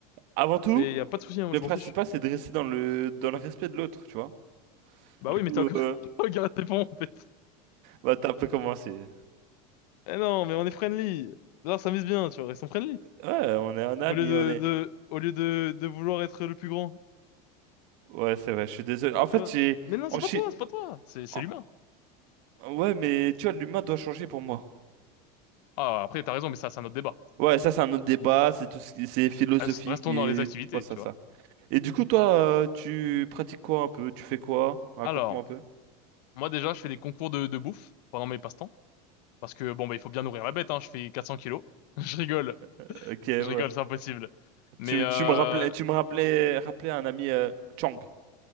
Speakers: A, on the right; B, on the left.
A: Avant tout.
B: Mais y a pas de souci, hein,
A: Le
B: je
A: principal,
B: m'en fiche.
A: c'est de rester dans le, dans le respect de l'autre, tu vois.
B: Bah
A: Du
B: oui,
A: coup,
B: mais t'as encore...
A: euh,
B: <laughs> Regarde, c'est bon, <laughs> en fait.
A: bah, t'as un peu commencé.
B: Eh non, mais on est friendly. Alors ça mise bien, tu vois, ils sont friendly.
A: Ouais, on est un ami,
B: Au lieu de,
A: on est.
B: de, au lieu de, de vouloir être le plus grand.
A: Ouais, c'est vrai, je suis désolé. En fait,
B: Ouais.
A: j'ai.
B: Mais non,
A: En
B: c'est
A: chi-
B: pas toi, c'est pas toi. C'est, c'est
A: en-
B: l'humain.
A: Ouais, mais tu vois, l'humain doit changer pour moi.
B: Ah, après, t'as raison, mais ça, c'est un autre débat.
A: Ouais, ça, c'est un autre débat, c'est tout ce qui- c'est philosophique
B: Rest- Restons
A: et.
B: dans les activités,
A: Ouais, ça,
B: tu
A: ça.
B: vois.
A: Et du coup, toi, euh, tu pratiques quoi un peu? Tu fais quoi? Raconte-moi
B: Alors,
A: un peu.
B: moi, déjà, je fais des concours de, de bouffe pendant mes passe-temps. Parce que, bon, bah, il faut bien nourrir la bête, hein. Je fais 400 kilos. <laughs> Je rigole.
A: Euh, Ok, ouais.
B: Je rigole, c'est impossible. Mais,
A: Tu,
B: euh,
A: tu me rappelais, tu me rappelais, rappelais un ami euh, Chang,